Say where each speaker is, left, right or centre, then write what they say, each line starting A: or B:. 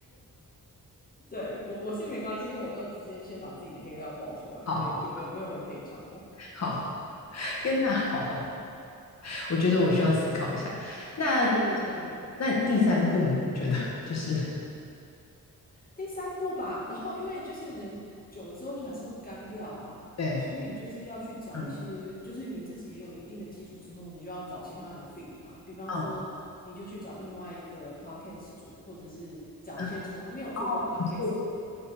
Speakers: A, on the left; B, on the left.
A: <laughs> 对我我是没关系，因为我都直接先把自己的黑料爆出来，
B: 好，
A: 所以就没有没有人可以讲我，
B: 好，好，天呐，好，我觉得我需要思考一下。那
A: 对对对，
B: 那第三步呢？你觉得就是 <laughs>
A: 第三步吧，然后因为就是人久了之后就还是会干掉啊，
B: 对，
A: 所以你就是要去找一些，
B: 嗯
A: 就是你自己也有一定的基础之后，你就要找其他人 fit 啊，比方说你就去找另外一个
B: 嗯
A: podcast 组，或者是找一些从来没有做过
B: 嗯，哦，
A: podcast
B: 很酷
A: 的人